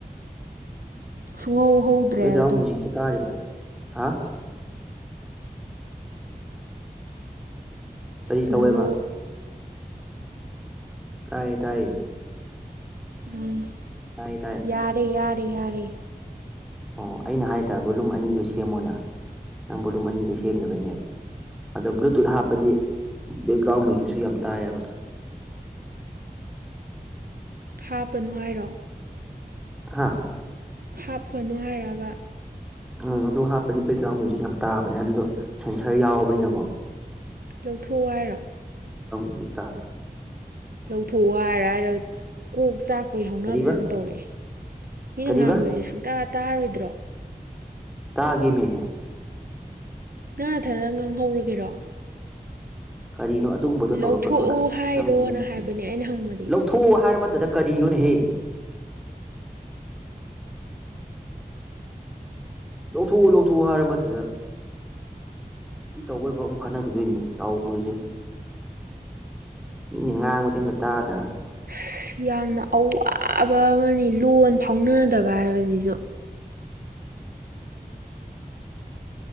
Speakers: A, on the right (about 70°); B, in the centre.
A: ꯁꯨꯡꯍꯧ ꯍꯧꯗ꯭ꯔꯦ
B: ꯕꯦꯛꯒ꯭ꯔꯥꯎꯟ
A: ꯑꯗꯣ
B: ꯃꯌꯨꯖꯤꯛꯇꯣ ꯇꯥꯔꯤꯕ ꯍꯥ ꯀꯔꯤ
A: ꯍꯜꯂꯣ
B: ꯇꯧꯋꯦꯕ ꯇꯥꯏꯌꯦ ꯇꯥꯏꯌꯦ
A: ꯎꯝ
B: ꯇꯥꯏꯌꯦ ꯇꯥꯏꯌꯦ
A: ꯌꯥꯔꯦ ꯌꯥꯔꯦ ꯌꯥꯔꯦ
B: ꯑꯣ ꯑꯩꯅ ꯍꯥꯏꯗ꯭ꯔꯥ ꯕꯣꯠꯂꯨꯝ ꯑꯅꯤꯗꯨꯣ ꯁꯦꯝꯃꯣꯅ ꯅꯪ ꯕꯣꯂꯨꯝ ꯑꯅꯤꯗꯣ ꯁꯦꯝꯗꯕꯩꯅꯦꯕ ꯑꯗꯣ ꯕ꯭ꯂꯨꯇꯨꯠ ꯍꯥꯞꯄꯗꯤ ꯕꯦꯛꯒ꯭ꯔꯥꯎꯟ ꯃꯌꯨꯖꯤꯛꯁꯨ ꯌꯥꯝ ꯇꯥꯏꯌꯦꯕ <unintelligible>
A: ꯍꯥꯞꯄ ꯅꯨꯡꯉꯥꯏꯔꯣ
B: ꯍꯥꯥ
A: ꯍꯥꯞꯄꯅꯨ ꯍꯥꯏꯔꯕ
B: ꯎꯝ ꯑꯗꯨ ꯍꯥꯞꯄꯗꯤ ꯕꯦꯛꯒ꯭ꯔꯥꯎꯟ ꯃꯖꯤꯛ ꯌꯥꯝ ꯇꯥꯕꯅꯦ ꯑꯗꯨꯗꯣ ꯁꯦꯟꯁꯔ ꯌꯥꯎꯕꯅꯤꯅꯀꯣ
A: ꯂꯧꯊꯣꯛꯎ ꯍꯥꯏꯔꯣ
B: ꯌꯦꯗ
A: ꯂꯧꯊꯣꯛ ꯍꯥꯏꯔ ꯍꯥꯏꯔ ꯀꯣꯛ ꯆꯥꯛꯄꯒꯤ ꯍꯧꯅꯕꯁꯦ
B: ꯀꯔꯤꯕ
A: ꯑꯗꯨꯝ ꯇꯧꯔꯛꯑꯦ ꯃꯤꯅ
B: ꯀꯔꯤꯕ
A: ꯉꯥꯡꯕꯕꯁꯤꯦ ꯁꯨꯡꯇꯥ ꯇꯥꯔꯣꯏꯗ꯭ꯔꯣ
B: ꯇꯥꯒꯦꯃꯦ
A: ꯅꯪ ꯅꯊꯅ ꯉꯥꯡ ꯍꯧꯔꯨꯒꯦꯔꯣ
B: ꯀꯔꯤꯅꯣ ꯑꯗꯨꯒꯨꯝꯕꯗꯣ ꯇꯧꯔꯛꯀꯅꯣ
A: ꯂꯧꯊꯣꯛꯑꯣ
B: ꯑꯁ
A: ꯍꯥꯏꯔꯣꯅ
B: ꯅꯪꯁꯤꯅ
A: ꯍꯥꯏꯕꯅꯦ ꯑꯩꯅ ꯍꯪꯕꯗꯤ
B: ꯂꯧꯊꯣꯛꯑꯣ ꯍꯥꯏꯔ ꯇꯗ ꯀꯔꯤꯅꯣꯅꯦ ꯍꯦ ꯂꯧꯊꯣꯛꯎ ꯂꯧꯊꯣꯛꯎ ꯍꯥꯏꯔ ꯃꯇꯝꯗ ꯁꯤ ꯇꯧꯕꯩꯐꯥꯎ ꯑꯃꯨꯛ ꯈꯟꯅꯈꯤꯗꯣꯏꯅꯤꯅꯦ ꯇꯧꯔꯤꯁꯦ ꯃꯤꯅ ꯉꯥꯡꯕꯗꯤ ꯑꯝꯇ ꯇꯥꯗ꯭ꯔꯒ
A: ꯑꯁ ꯌꯥꯝꯅ ꯑꯋꯥꯕ ꯑꯃꯅꯤ ꯂꯣꯟ ꯐꯥꯎꯅꯗꯕ ꯍꯥꯏꯕꯁꯤꯁꯨ